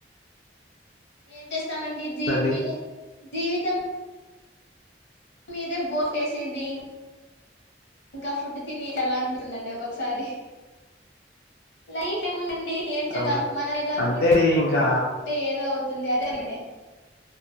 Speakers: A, on the left; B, on the left.
A: ఎం చేస్తామండి జీవితం
B: అండి
A: మీద జీవితం మీదే బోట్ వేసింది ఇంకా ఫుడ్ తిని ఏలాంటి తుందండి ఒకొక్కసారి లైఫ్ ఏముందండి ఏం చేద్దాం
B: అవునా
A: మనం ఏదో అనుకుంటే
B: అంతే అండి ఇంకా
A: ఏదో అవుతుంది అదే <unintelligible>